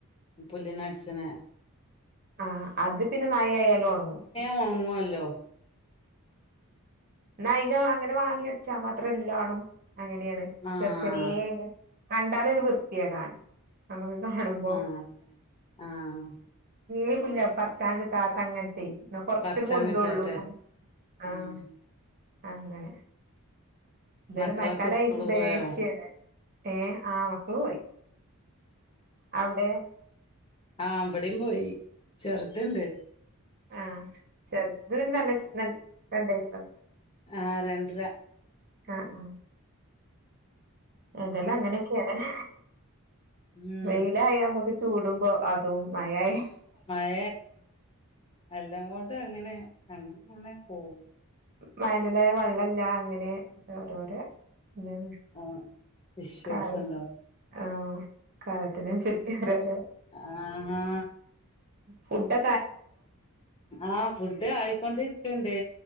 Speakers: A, on the left; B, on the right.
A: പുുള്ളിന്ന അടിച്ചന
B: ആ അത് പിന്നെ മഴ ആായാലും ഉണങ്ങും
A: തുണങ്ങുവല്ലോ
B: എന്ന അല് അങ്ങനെ വാങ്ങി വരച്ചാ മാത്രംല്ല ആും അങ്ങനെയാണ്
A: ആഹ്
B: ചെറ ചെറിയെ കണ്ടാലരു വൃത്തിയേടാണ് നമുക്ക് കാണുമ്പോ
A: ആഹ് ആഹ്
B: ഏ പുല്ല പറച്ചാൻ കിട്ടാത്ത അങ്ങനത്തെ എന്ന കൊറച്ചൂടി
A: പറിച്ചാൻ
B: പൊന്തള്ളൂ
A: കിട്ടാത്തെ
B: ആഹ
A: ആഹ്
B: അങ്ങനെ എന്തായാലും
A: മക്കളൊക്കെ
B: മയക്കാല
A: സ്കൂള്
B: എനിക്ക് ദേശ്യാണ്
A: പോയോ
B: ഏഹ ആ മക്കള പോയി അവിടെ
A: ആഹ അവിടയും പോയി ചെറുത്ണ്ട്
B: ആഹ ചെറുത് പിന്നെ നല്ല രണ്ടയസ
A: ആ രണ്ട്
B: ആ ആ അതെല്ലാം അങ്ങനെയൊക്കെയാണ്
A: ഉം
B: വെയില ആായമക്ക് ചൂടുമ്പോ അതും മയായി
A: മഴ എല്ലാംങ്ങോട്ടും അങ്ങനെ അങ്ങനെ അങ്ങനെ പോകും
B: വയനലായ വള്ളല്ല അങ്ങനെ ഓരോരോ എ
A: ആഹ് ഇഷ്യൂസ്
B: ക ആഹ
A: ഉണ്ടാവും
B: കാലത്തിനനുസരി ര
A: ആഹ്
B: ഫുക്കെ
A: ആഹ് ഫുഡ് ആയിക്കൊണ്ടിരിക്കണ്ട്